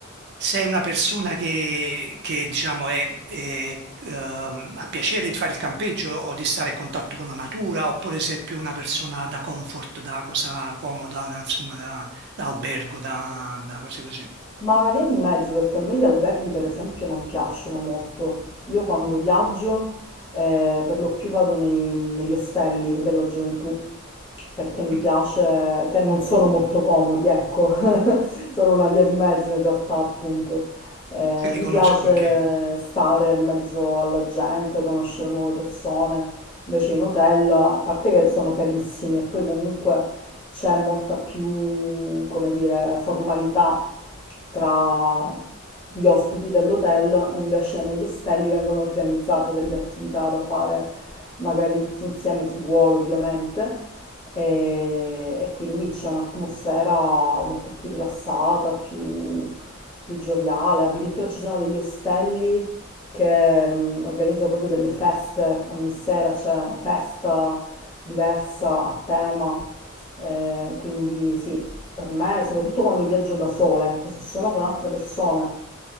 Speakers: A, on the right; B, on the left.
A: sei una persona che, che, diciamo, è, è, ehm, ha piacere di fare il campeggio o di stare a contatto con la natura, oppure sei più una persona da comfort, da cosa comoda, da, insomma, da, da albergo, da, da cose così.
B: Ma una via di mezzo, perché a me gli alberghi per esempio non piacciono molto. Io quando viaggio eh, per lo più vado nei- negli ostelli della gioventù perché mi
A: Mm,
B: piace, che non sono molto comodi, ecco, <laughs> sono una via di mezzo in realtà appunto. Eh,
A: Te li
B: mi
A: conosco
B: piace
A: anche
B: stare in mezzo alla gente, conoscere nuove persone. Invece in hotel, a parte che sono carissimi e poi comunque c'è molta più, come dire, formalità tra gli ospiti dell'hotel e invece negli ostelli vengono organizzate delle attività da fare magari tutti insieme, chi vuole ovviamente, e, e quindi c'è un'atmosfera molto più rilassata, più, più gioviale, addirittura ci sono degli ostelli che mm, organizzano proprio delle feste, ogni sera c'è una festa diversa a tema, eh, quindi sì, per me, soprattutto quando viaggio da sola, ecco, se sono con altre persone